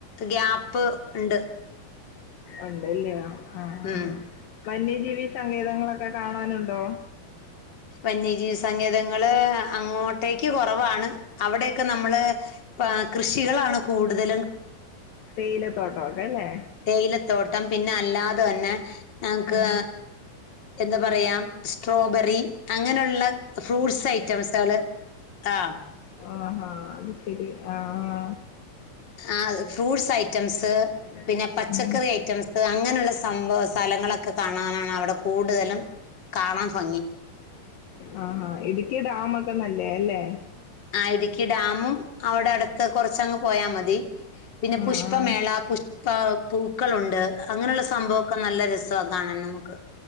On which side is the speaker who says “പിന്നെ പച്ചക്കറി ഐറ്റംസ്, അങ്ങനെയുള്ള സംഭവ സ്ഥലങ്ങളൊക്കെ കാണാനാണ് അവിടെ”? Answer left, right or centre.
Left